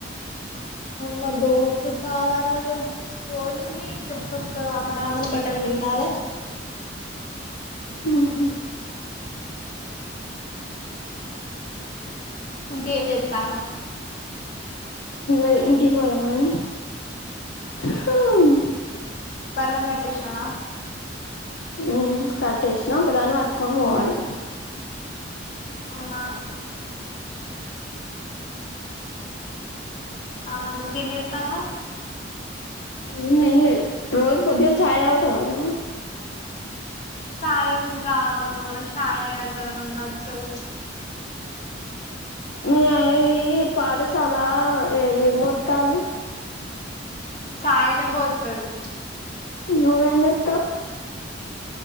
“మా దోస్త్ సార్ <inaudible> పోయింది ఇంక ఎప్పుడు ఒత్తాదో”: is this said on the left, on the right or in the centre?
Left